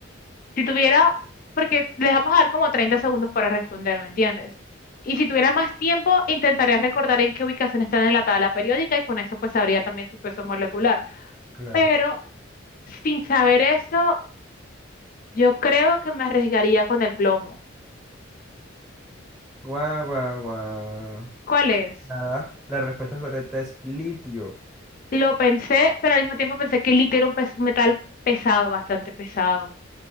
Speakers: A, on the left (about 45°); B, in the centre.
A: Si tuviera, porque les vamos a dar como 30 segundos para responder, ¿me entiendes? Y si tuviera más tiempo, intentaría recordar en qué ubicación están en la tabla periódica y con eso pues sabría también su peso molecular.
B: Claro.
A: Pero sin saber eso, yo creo que me arriesgaría con el plomo.
B: Guau, guau, guau.
A: ¿Cuál es?
B: Nada, la respuesta correcta es litio.
A: Lo pensé, pero al mismo tiempo pensé que el litio era un pes- metal pesado, bastante pesado.